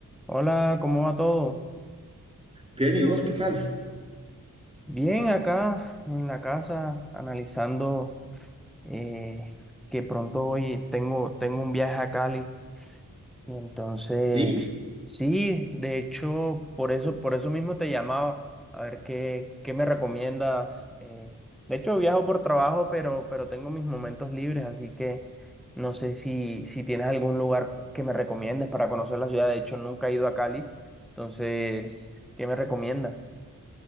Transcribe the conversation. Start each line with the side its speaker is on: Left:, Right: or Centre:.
Centre: Hola, ¿cómo va todo?
Right: Bien, ¿y vos qué tal?
Centre: Bien, acá en la casa analizando eh, que pronto hoy tengo, tengo un viaje a Cali y entonces
Right: Sí,
Centre: sí, de hecho, por eso, por eso mismo te llamaba, a ver qué, qué me recomiendas. eh. De hecho, viajo por trabajo, pero, pero tengo mis momentos libres, así que no sé si, si tienes algún lugar que me recomiendes para conocer la ciudad. De hecho, nunca he ido a Cali, entonces, ¿qué me recomiendas?